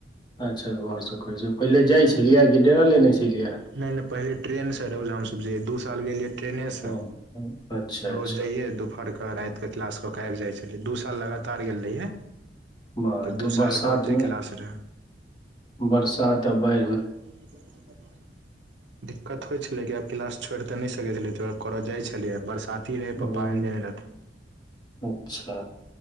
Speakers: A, on the left (about 25°); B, on the right (about 70°).
A: अच्छा घरसँ करे छियै पहिले जाइ छलियै कि डेरा लेने छलियै
B: नहि नहि पहिले ट्रेनसँ रौज हमसभ जयै दू साल गेलियै ट्रेनेसँ।
A: हँ अच्छा।
B: रोज
A: अच्छा
B: जाइये फड़ कऽ रातिके क्लास कऽ के आबि जाइ छलै दू साल लगातार गेल रहियए।
A: बड़
B: तऽ दू सालके
A: बरसातमे
B: ओतेक क्लास रहै।
A: बरसात अबै
B: <inaudible> दिक्कत होइ छलै कि आब क्लास छोड़ तऽ नहि सकै छलै करऽ जाइ छलियै बरसात तीरै
A: हँ
B: पप्पा आन देने रह
A: अच्छा।